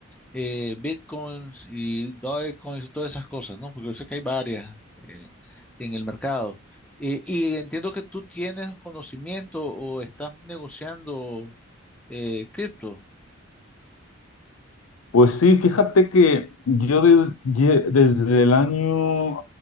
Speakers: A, in the centre; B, on the left.
A: eh, bitcoins y dogecoins y todas esas cosas, ¿no? Porque yo sé que hay varias eh, en el mercado. Eh, y entiendo que tú tienes conocimiento o estás negociando eh, cripto.
B: Pues sí, fíjate que yo de- ye- desde el año,